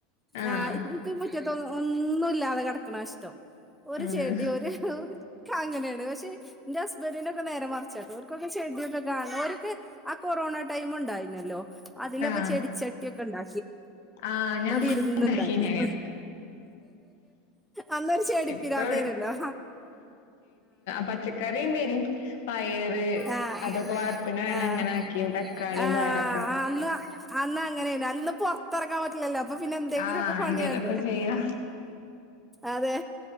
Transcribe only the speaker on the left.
ആഹ്
ആഹ്
ആഹ്
ആഹ് ഞാൻ
ഉണ്ടാക്കീനി അങ്ങനെ
ഇപ്പൊ പച്ചക്കറ ഉണ്ടും പയറ്
അതൊക്കെ വാർപ്പിിന നല്ല
അങ്ങനെ ആക്കി തക്കാളിയും
പയറൊക്കെ
ആഹ്
എന്തേലൊക്കെ ചെയ്യാ